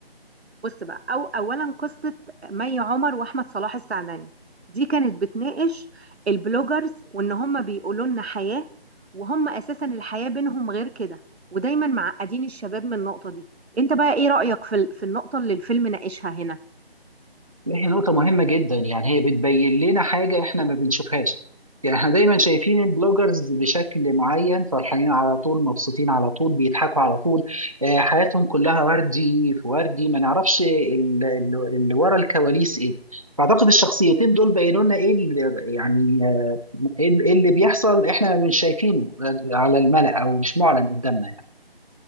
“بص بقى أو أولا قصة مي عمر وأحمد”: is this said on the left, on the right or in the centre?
Right